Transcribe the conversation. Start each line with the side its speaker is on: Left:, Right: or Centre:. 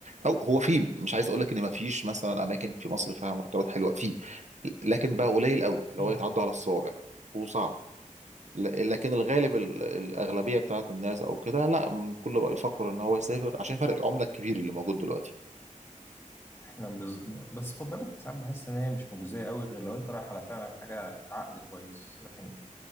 Right: او هو في مش عايز اقول لك ان ما فيش مثلا اماكن في مصر فيها مرتبات حلوه في لكن بقى قليل قوي
Left: ما في
Right: اللي هو يتعدى على الصوابع وصعب ل- لكن الغالب ال- الأغلبية بتاعت الناس أو كده لا م- كله بقى يفكر إن هو يسافر عشان فرق العملة الكبير اللي موجود دلوقتي
Left: احنا بز... بس خد بالك ساعات بحس ان هي مش مجزيه قوي غير لو انت رايح على فعلا حاجه عقد كويس لكن